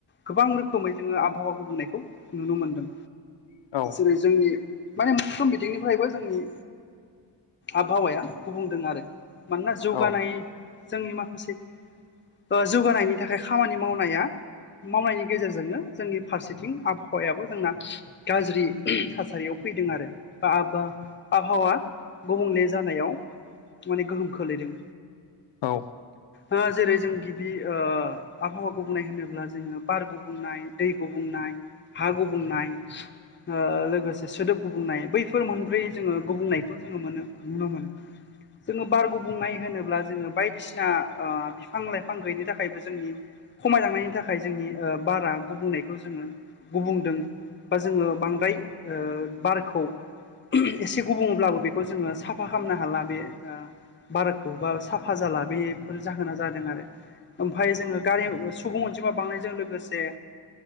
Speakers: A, on the left (about 25°); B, on the left (about 75°).
A: गोबां रोखोमै जोङो आबहावा गुबुंनायखौ नुनो मोनदों।
B: औ
A: जेरै जोंनि माने मोनफ्रोम बिथिंनिफ्रायबो जोंनि आबहावाया गुबुंदों आरो मानोना जौगानाय
B: औ
A: जोंनि माखासे ओ जौगानायनि थाखाय खामानि मावनाया मावनायनि गेजेरजोंनो जोंनि फारसेथिं आबहावायाबो जोंना गाज्रि थासारियाव फैदों आरो बा बा आबहावा गुबुंले जानायाव माने गोहोम खोलैदों।
B: औ
A: ओ जेरै जों बे ओ आबहावा गुबुंनाय होनोब्ला जोङो बार गुबुंनाय दै गुबुंनाय हा गुबुंनाय ओ लोगोसे सोदोब गुबनाय बैफोर मोनब्रै जोङो गुबुंनायखौ जोङो मोनो नुनो मोनो। जोङो बार गुब बुंनाय होनोब्ला जोङो बायदिसिना ओ बिफां लाइफां फां गैयनि थाखायबो जोंनि खमायलांनायनि थाखाय जोंनि बारा गुबुंनायखौ जोङो गुबुदों। बा जोङो बांद्राय ओ बारखौ एसे गुबुङोलाबो बेखौ जोङो साफा खालामनो हाला बे ओ बाराखौ बा साफा जाला बेफोर जाहोना जादों आरो। ओमफाय जोङो गारि सुबुं अनजिमा बांनायजों लोगोसे